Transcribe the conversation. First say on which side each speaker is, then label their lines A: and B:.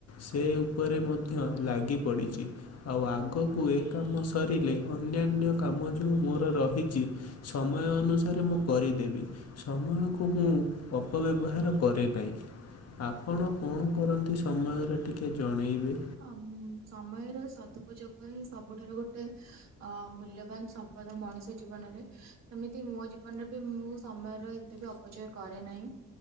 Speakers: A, on the left (about 55°); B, on the right (about 60°).
A: ସେ ଉପରେ ମଧ୍ୟ ଲାଗି ପଡ଼ିଛି। ଆଉ, ଆଗକୁ ଏ କାମ ସରିଲେ ଅନ୍ୟାନ୍ୟ କାମ ଯେଉଁ ମୋର ରହିଛି ସମୟ ଅନୁସାରେ ମୁଁ କରିଦେବି। ସମୟକୁ ମୁଁ ଅପ ବ୍ୟବହାର କରେ ନାହିଁ। ଆପଣ କଣ କରନ୍ତି, ସମୟର ଟିକେ ଜଣେଇବେ?
B: ଅମ ସମୟର ସଦୁପଯୋଗ ହିଁ, ସବୁଠାରୁ ଗୋଟେ ଅ ମୂଲ୍ୟବାନ ସ ବଧେ ମଣିଷ ଜୀବନରେ ସେମିତି ମୋ ଜୀବନରେ ବି ମୁଁ ସମୟର ଏତେ ବି ଅପଚୟ କରେ ନାହିଁ।